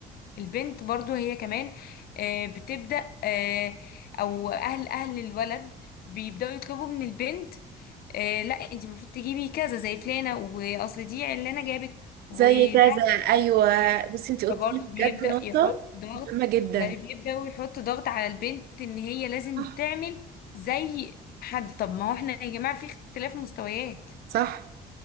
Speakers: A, on the left (about 65°); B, on the right (about 65°).
A: البنت برضو هي كمان آه، بتبدأ آه، او اهل اهل الولد بيبدأوا يطلبوا من البنت آه، لا انت المفروض تجيبي كذا زي فلانة واصل دي علانة جابت وده
B: زي كذا ايوه بس انت قلت
A: برضو
B: لي بجد
A: بيبدأ
B: نقطه
A: يحط ضغط
B: مهمه جدا
A: بقى بيبدأ يحط ضغط على البنت ان هي لازم
B: صح
A: تعمل زي حد طب ما هو احنا يا جماعة في اختلاف مستويات
B: صح